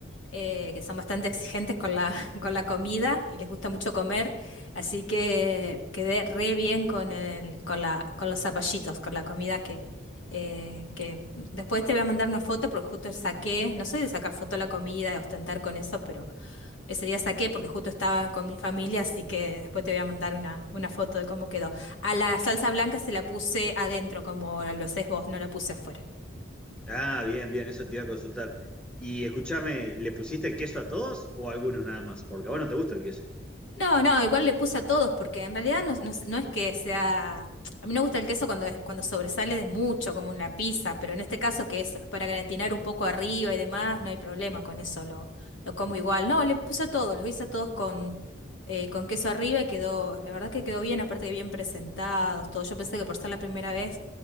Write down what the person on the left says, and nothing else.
eh, que son bastante exigentes con la, <laughs> con la comida y les gusta mucho comer, así que quedé re bien con el, con la, con los zapallitos, con la comida que, eh, que después te voy a mandar una foto porque justo saqué, no soy de sacar foto de la comida, de ostentar con eso, pero ese día saqué porque justo estaba con mi familia, así que después te voy a mandar una, una foto de cómo quedó. A la salsa blanca se la puse adentro, como lo haces vos, no la puse afuera.
No, no, igual le puse a todos, porque en realidad no, no- no es que sea. A mí me gusta el queso cuando, cuando sobresale de mucho, como en la pizza, pero en este caso que es para gratinar un poco arriba y demás, no hay problema con eso, lo, lo como igual. No, le puse a todos, los hice a todos con, eh, con queso arriba y quedó, la verdad que quedó bien, aparte que bien presentados, todo. Yo pensé que por ser la primera vez